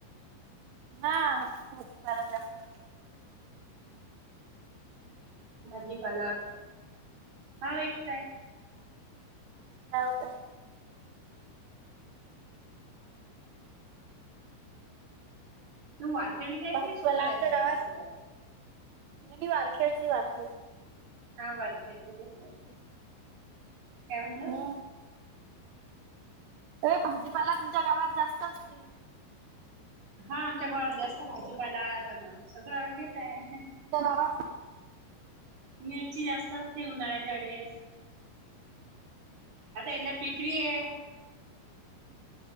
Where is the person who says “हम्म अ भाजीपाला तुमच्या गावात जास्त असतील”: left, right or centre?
Right